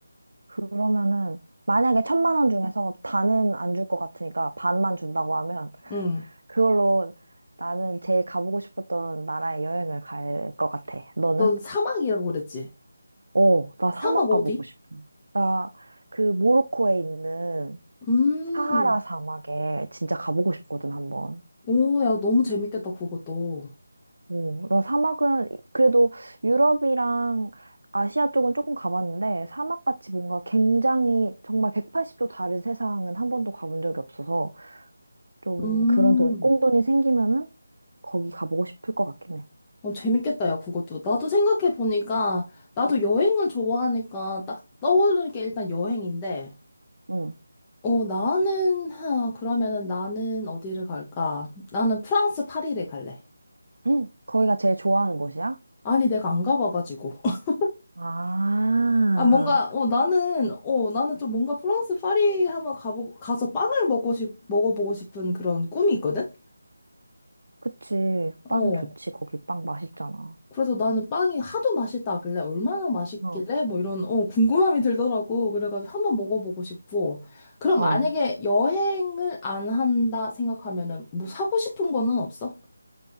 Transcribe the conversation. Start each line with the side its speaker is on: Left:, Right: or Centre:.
Right: 그러면은, 만약에 천만 원 중에서 다는 안 줄 것 같으니까 반만 준다고 하면,
Left: 응.
Right: 그걸로 나는 제일 가보고 싶었던 나라에 여행을 갈 것 같아. 너는?
Left: 넌 사막이라고 그랬지?
Right: 어, 나
Left: 사막
Right: 사막 가보고
Left: 어디?
Right: 싶어. 나 그 모로코에 있는
Left: 음,
Right: 사하라 사막에 진짜 가보고 싶거든, 한번.
Left: 오, 야, 너무 재밌겠다, 그것도.
Right: 어, 나 사막은 그래도 유럽이랑 아시아 쪽은 조금 가봤는데 사막같이 뭔가 굉장히 정말 180도 다른 세상은 한 번도 가본 적이 없어서 좀
Left: 음,
Right: 그런 돈, 꽁돈이 생기면은 거기 가보고 싶을 것 같긴 해.
Left: 어, 재밌겠다, 야, 그것도. 나도 생각해보니까, 나도 여행을 좋아하니까 딱 떠오르는 게 일단 여행인데,
Right: 응.
Left: 어, 나는, 하, 그러면은 나는 어디를 갈까? 나는 프랑스 파리를 갈래.
Right: 응. 거기가 제일 좋아하는 곳이야?
Left: 아니, 내가 안 가봐가지고. <laughs>
Right: 아.
Left: 아, 뭔가, 어, 나는, 어, 나는 좀 뭔가 프랑스 파리 한번 가보, 가서 빵을 먹고 싶, 먹어보고 싶은 그런 꿈이 있거든?
Right: 그치. 빵
Left: 어.
Right: 좋지. 거기 빵 맛있잖아.
Left: 그래서 나는 빵이 하도 맛있다길래 얼마나 맛있길래
Right: 어,
Left: 뭐 이런 어, 궁금함이 들더라고. 그래가지고 한번 먹어보고 싶고. 그럼
Right: 어.
Left: 만약에 여행을 안 한다 생각하면은 뭐 사고 싶은 거는 없어?